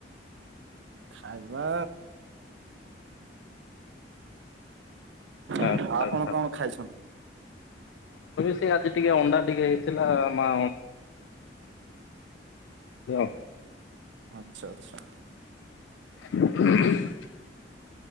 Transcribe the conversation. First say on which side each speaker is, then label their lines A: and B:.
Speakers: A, on the right (about 75°); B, on the left (about 85°).
A: ଖାଇବା
B: ଆଚ୍ଛା
A: ଆଉ ଆପଣ
B: ଆଚ୍ଛା।
A: କଣ ଖାଇଛନ୍ତି?
B: ଟିକେ ଅଣ୍ଡା ଟିକେ ହେଇଥିଲା ମା <inaudible>
A: ଆଚ୍ଛା ଆଚ୍ଛା
B: <inaudible>